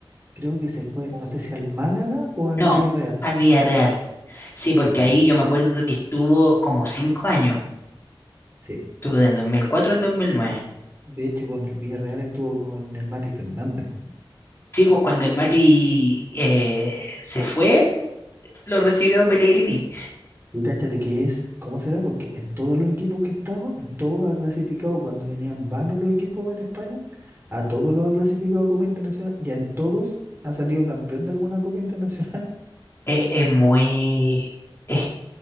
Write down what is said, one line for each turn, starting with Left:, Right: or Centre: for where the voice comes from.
Right: creo que se fue, no sé si al Málaga o al
Left: No,
Right: Villarreal.
Left: al Villarreal. Sí, porque
Right: Ya,
Left: ahí yo me acuerdo que estuvo como cinco años.
Right: sí.
Left: Estuvo del 2004 al 2009.
Right: De hecho, con el Villarreal estuvo con el Mati Fernández.
Left: Sí, pues cuando
Right: Sí.
Left: el Mati eh, se fue, lo recibió Pellegrini.
Right: Y cáchate que es, ¿cómo será? Porque en todos los equipos que he estado, en todos ha clasificado, cuando venían vanos los equipos en España, a todos los ha clasificado Copa Internacional y en todos ha salido campeón de alguna Copa Internacional. <laughs>
Left: Es, es muy... Es,